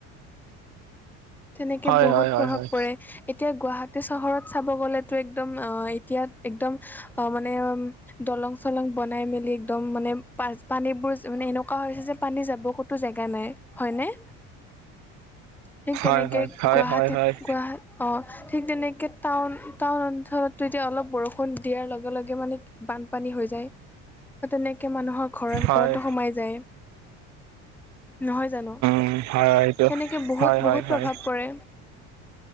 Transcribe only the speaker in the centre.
তেনেকে
বহুত
প্ৰভাৱ
পৰে এতিয়া গুৱাহাটী চহৰত চাব গ'লেতো একদম অ এতিয়া একদম অ মানে দলং চলং বনাই মেলি একদম মানে পাচ পানীবোৰ মানে এনেকুৱা হৈছে যে পানী যাব কত টো জেগা নাই হয়নে ঠিক
তেনেকে
গুৱাহাটীত
গোৱা অঁ ঠিক তেনেকে টাউন টাউন অঞ্চলতো এতিয়া অলপ বৰষুণ দিয়াৰ লগে লগে মানে বানপানী হৈ যায় বা তেনেকে মানুহক ঘৰৰ ভিতৰতো
সোমাই যায় নহয় জানো
সেনেকে বহুত
বহুত
প্ৰভাৱ পৰে